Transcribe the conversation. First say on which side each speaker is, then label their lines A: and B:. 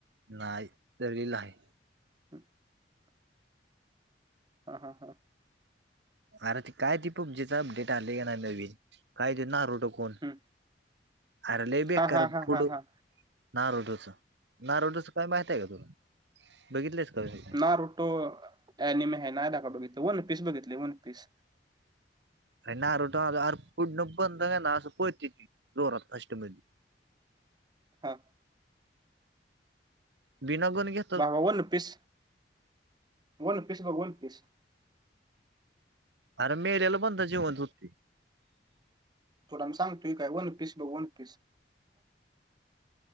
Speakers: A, on the right (about 75°); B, on the right (about 25°).
A: नाही ते रील आहे.
B: <inaudible> हा हा हा
A: अरे ती काय ती पब्जीच अपडेट आले का नाही नवीन काय ते ना रोड कून
B: हम्म.
A: अर ले बेकार
B: हा हा हा
A: पुड
B: हा हा
A: नारोडोचं नारोडोचं काही माहित आहे का तुला बघितलंच का? काय
B: नारोटो ऍनिमी आहे ना लेका बघितलं वन पीस बघितलय वन पीस.
A: काय नारोटो आर पुढन बंद आहे ना असं पळते ती जोरात फास्ट मधी.
B: हा
A: बिना गण घे
B: बाबा वन पीस वन पीस बघ वन पीस.
A: आणि मेलेलं कोणतं जिवंत होते?
B: थोडा सांगतोय काय वन पीस बघ, वन पीस.